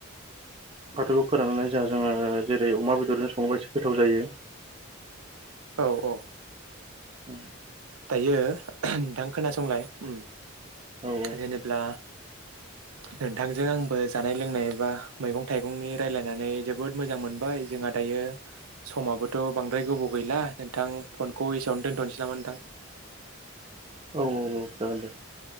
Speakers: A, on the right (about 25°); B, on the right (about 80°).
A: फाथोखौ फोराननानै जोंहा जोङो जेरै अमा बेदरजों सङोबा एसे गोथाव जायो।
B: औ औ
A: औ
B: दायो नोंथां खोनासंलाय। उम।
A: औ
B: जेनेबला
A: <unintelligible>
B: नोंथांजों आंबो जानाय लोंनाय बा मैगं थाइगंनि रायलायनानै जोबोद मोजां मोनबाय जोंहा दायो समाबोथ' बांद्राय गोबाव गैला नोंथां फनखौ एसेयावनो दोनथ'नोसै नामा नोंथां।
A: औ औ औ जागोन दे।